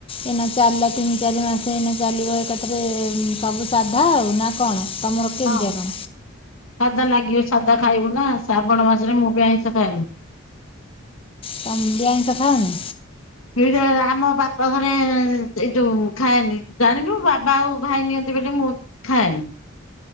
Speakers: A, on the left; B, on the left.
A: ଏଇନା ଚାଲିଲା ତିନି ଚାରି ମାସ ଏଇନା ଚାଲିବ ଏକାଥରେ ସବୁ ସାଧା ଆଉ ନା କଣ ତମର କେମିତିଆ
B: ହଁ
A: କ'ଣ
B: ସାଧା ଲାଗିବ ସାଧା ଖାଇବୁ ନା ଶ୍ରାବଣ ମାସରେ ମୁଁ ବି ଆଇଁଷ ଖାଏନି।
A: ତମ ବି ଆଇଁଷ ଖାଅନି।
B: ଏଇଟା ଆମ ବାପା ଘରେ ଏଇ ଯୋଉ ଖାଏନି ଜାଣିନୁ ବାବା ଆଉ ଭାଇ ନିଅନ୍ତି ବୋଲି ମୁଁ ଖାଏନି।